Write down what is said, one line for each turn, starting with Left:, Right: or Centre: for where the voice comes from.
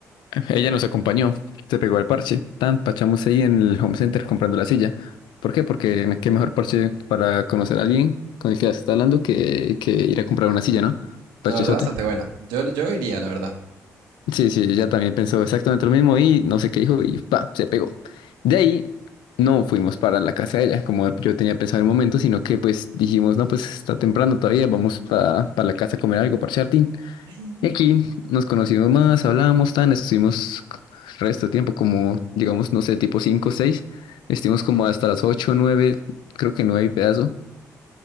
Left: ella nos acompañó, se pegó al parche. Tan, pachamos ahí en el home center comprando la silla. ¿Por qué? Porque me- qué mejor parche para conocer a alguien con el que se está hablando que, que ir a comprar una silla, ¿no? Parchezote.
Right: La verdad, bastante bueno. Yo, yo iría, la verdad.
Left: Sí, sí, ella también pensó exactamente lo mismo y no sé qué dijo y pa, se pegó. De ahí no fuimos para la casa de ella, como yo tenía pensado en un momento, sino que pues dijimos, no, pues está temprano todavía, vamos para la casa a comer algo, parchar Y
Right: Ay.
Left: aquí nos conocimos más, hablábamos tan, estuvimos c- resto de tiempo, como digamos, no sé, tipo 5 o seis estuvimos como hasta las ocho o 9, creo que 9 y pedazo,